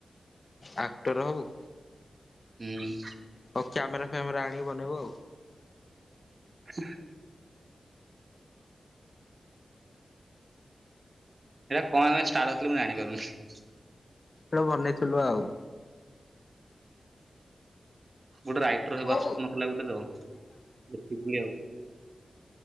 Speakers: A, on the left; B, on the right.
A: ଆକ୍ଟର ହବୁ।
B: ହୁଁ।
A: ହଉ କ୍ୟାମେରା, ଫ୍ୟାମେରା ଆଣିକୁ ବନେଇବୁ ଆଉ
B: <inaudible> ଏଇରା କଣ ଏମି ଷ୍ଟାର୍ଟ କରୁଥିଲୁ ମୁଁ ଜାଣିପାରୁନି <unintelligible>
A: ତ ଆଉ ବନେଇଥିଲୁ ଆଉ
B: ଗୋଟେ ରାଇଟର ହେବାର
A: ହୁଁ।
B: ସ୍ୱପ୍ନ ଥିଲା ଗୋଟେ ତ ଏତିକି ଆଉ।